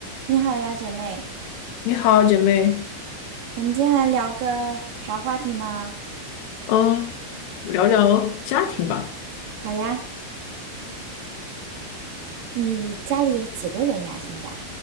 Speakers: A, on the right; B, on the left.
A: 你好呀，姐妹，
B: 你好，姐妹。
A: 我们今天来聊个啥话题呢？
B: 嗯，聊聊家庭吧。
A: 好呀，你家里有几个人呀？现在